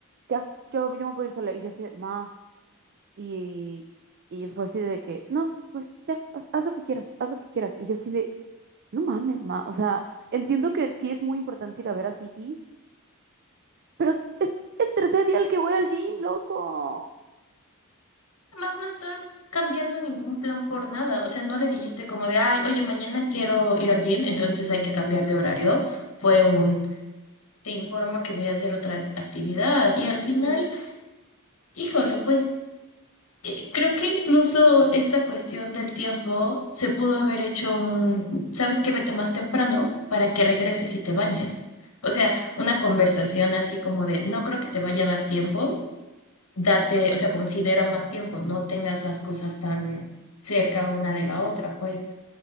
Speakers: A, on the right (about 50°); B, on the left (about 75°).
A: ya, yo, yo me puedo ir sola. Y yo así de, ma, y, y fue así de que, no, pues ya, haz, haz lo que quieras, haz lo que quieras. Y yo así de, no mames, ma, o sea, entiendo que sí es muy importante ir a ver a Siki Pero es el tercer día el que voy al gym, loco.
B: Además, no estás cambiando ningún plan por nada. O sea, no le dijiste como de, ay, oye, mañana quiero ir al gym, entonces hay que cambiar de horario. Fue un... te informo que voy a hacer otra actividad y al final,
A: Ujú,
B: híjole, pues eh, creo que incluso esta cuestión del tiempo se pudo haber hecho un, ¿sabes qué? Vete más temprano para que regreses y te bañes. O sea, una conversación así como de, no creo que te vaya a dar tiempo, date, o sea, considera más tiempo, no tengas las
A: Ujú,
B: cosas tan cerca una de la otra, pues